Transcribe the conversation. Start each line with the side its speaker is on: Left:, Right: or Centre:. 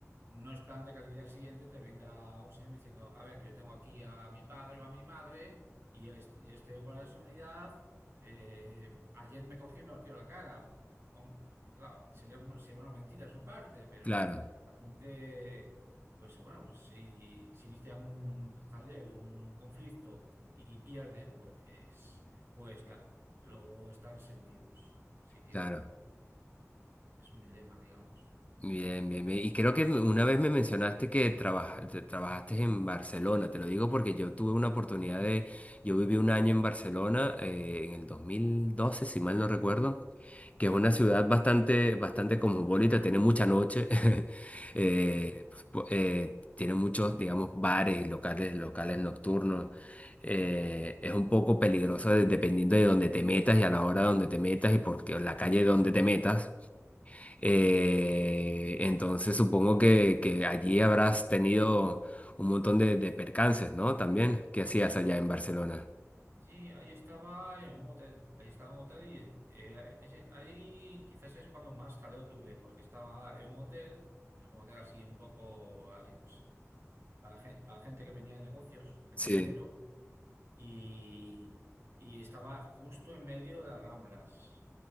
Right: no es plan de que al día siguiente te venga un señor diciendo, a ver, que yo tengo aquí a mi padre o a mi madre y, es- y este guardia de seguridad eh, ayer me cogió y me partió la cara. O- claro, sería, sería una mentira de su parte, pero
Left: Claro,
Right: la gente, pues bueno, pues si, si inicia un jaleo, un conflicto y pierden, pues, pues claro, luego están sentidos. Así que
Left: claro.
Right: es un dilema, digamos.
Left: Bien, bien, bien. Y creo que una vez me mencionaste que trabaja- te- trabajaste en Barcelona. Te lo digo porque yo tuve una oportunidad de... Yo viví un año en Barcelona eh, en el 2012, si mal no recuerdo, que es una ciudad bastante, bastante cosmopolita, tiene mucha noche. <laughs> eh,
Right: Mm.
Left: po- eh, tiene muchos, digamos, bares, locales, locales nocturnos. eh, es un poco peligroso de- dependiendo de dónde te metas y a la hora donde te metas y por qué- la calle donde te metas. Eh, entonces supongo que, que allí habrás tenido un montón de, de percances, ¿no? También, ¿qué hacías allá en Barcelona?
Right: Sí, ahí estaba en un hotel, ahí estaba en un hotel y eh, ese- ahí quizás es cuando más jaleo tuve, porque estaba en un hotel, en un hotel así un poco así, pues para, gen- para gente que venía de negocios, gente
Left: Sí,
Right: de dinero. y, y estaba justo en medio de las Ramblas,